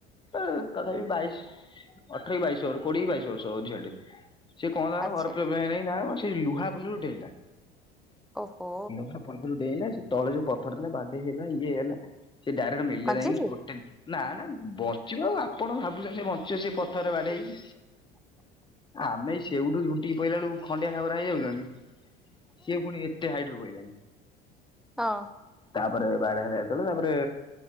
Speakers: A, on the left; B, in the centre.
A: ଏଁ ତଥାପି ବାଇଶ ଅଠର କି ବାଇଶ ବର୍ଷ କୋଡ଼ିଏ ବାଇଶ ବର୍ଷ ହେବ ଝିଅ ଟେ। ସେ କଣ ହେଲା ନା
B: ଆଚ୍ଛା।
A: ଘର ପରୋବଲେମେ ଯାଇକିନା ସେ ଲୁହା ପୋଲରୁ ଡେଇଁଲା।
B: ଓହୋ
A: <unintelligible> ବନ୍ଧରୁ ଡେଇଁଲା ସେ ତଳେ ଯୋଉ ପଥର ଥିଲା ବାଡ଼େଇ ହେଲା ଇଏ ହେଲା ସେ ଡାଇରେକ୍ଟ ମିଳିଲା
B: କଞ୍ଚେଇଛି?
A: ଯାଇକିନା ଗୋଟେ ନା ନା ବଞ୍ଚିବ ଆଉ ଆପଣ ଭାବୁଛନ୍ତି ସେ ବଞ୍ଚିବ ସେ ପଥରେ ବାଡ଼େଇକି। ଆମେ ସେଇଠୁ ଝୁଣ୍ଟିକି ପଇଲା ବେଳକୁ ଖଣ୍ଡିଆ ଖାବରା ହେଇ ଯାଉଛନ୍ତି। ସିଏ ପୁଣି ଏତେ ହାଇଡ଼ର ପାଇଲାଣୀ।
B: ହଁ।
A: ତାପରେ ବାଡ଼େଇ ହେଲା ଯେତେବେଳେ ତାପରେ